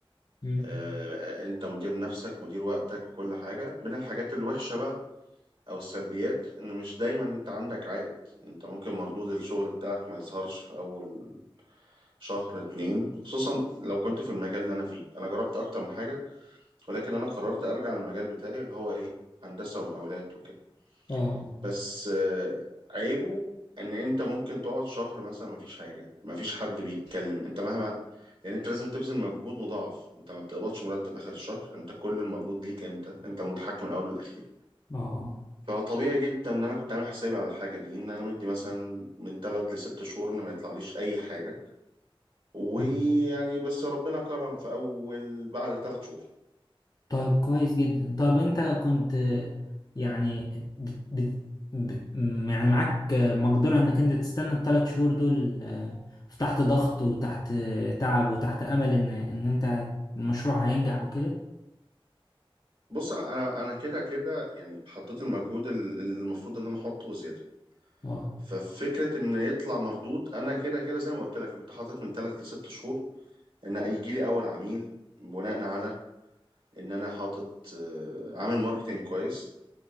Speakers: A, on the left; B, on the right.
A: مم.
B: آه، أنت مدير نفسك مدير وقتك وكل حاجة من الحاجات الوحشة بقى أو السلبيات إن مش دايما أنت عندك عائد أنت ممكن مردود الشغل بتاعك ما يظهرش في أول شهر اتنين خصوصا لو كنت في المجال اللي أنا فيه أنا جربت أكتر من حاجة ولكن انا قررت ارجع للمجال بتاعي اللي هو ايه هندسه ومقاولات وكده
A: اه اه
B: بس آه، عيبه ان انت ممكن تقعد شهر مثلا مفيش حاجه مفيش حد بيتكلم انت مهما يعني انت لازم تبذل مجهود مضاعف انت ما بتقبضش مرتب اخر الشهر انت كل المردود ليك انت انت المتحكم من الاول والاخير
A: آه. آه.
B: فطبيعي جدا ان انا كنت عامل حسابي على الحاجه دي ان انا مدي مثلا من ثلاث لست شهور ان ما يطلعليش اي حاجه ويعني
A: مم.
B: بس ربنا كرم في اول بعد ثلاث شهور
A: طيب كويس جدا طب انت كنت آه، يعني بت... بت... ب... م- يعني معاك آه، مقدرة انك انت تستنى الثلاث شهور دول آه، في تحت ضغط وتحت آه، تعب وتحت امل ان ان انت المشروع هينجح وكده
B: بص انا انا انا كده كده يعني حطيت المجهود ال- المفروض ان انا احطه وزياده
A: اه
B: ففكره ان يطلع مردود انا كده كده زي ما قلت لك أنا كنت حاطط من ثلاث لست شهور ان هيجي لي اول عميل بناء على ان انا حاطط آه، عامل ماركتينج كويس